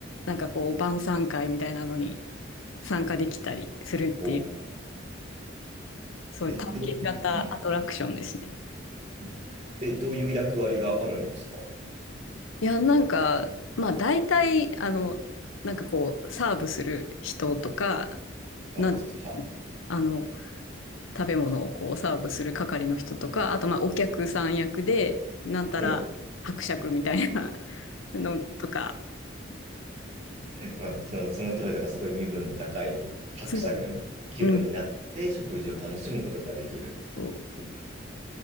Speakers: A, on the left; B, on the right.
A: なんかこう晩餐会みたいなのに参加できたりするっていう
B: こう
A: そういう体験型アトラクションですね。
B: え、どういう、うんうんえ、どういう役割があるんですか
A: いや、なんか、まあ大体、あの、なんかこう、サーブする人とか、
B: あ、
A: なん、
B: そうです。
A: あの、食べ物をこうサーブする係の人とか、あとまあお客さん役で、なんたら伯爵みたいな
B: もう
A: のとか、
B: まあ、その、その当時だからすごい身分の高い伯爵の気分になって食事を楽しむことができるっていう。
A: そう、うん、そ